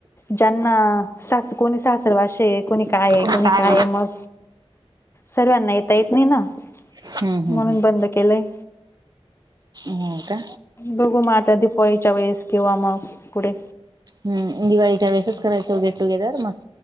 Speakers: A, on the left (about 25°); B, on the right (about 40°).
A: ज्यांना सासू कोणी सासरवासे कोणी काहे
B: पण
A: कोणी
B: काय
A: काहे मग सर्व्यांना येता येत नाही ना,
B: हम्म
A: म्हणून
B: हम्म हम्म
A: बंद केलंय.
B: हो का
A: बघू मग आता दीपवाळीच्या वेळेस किंवा मग पुढे
B: हम्म, दिवाळीच्या वेळेसच करायचो गेट टुगेदर मस्